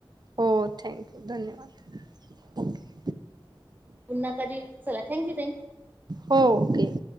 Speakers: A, on the right; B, on the right.
A: हो थँक यू धन्यवाद ओके
B: पुन्हा कधी चला थँक यू
A: हो ओके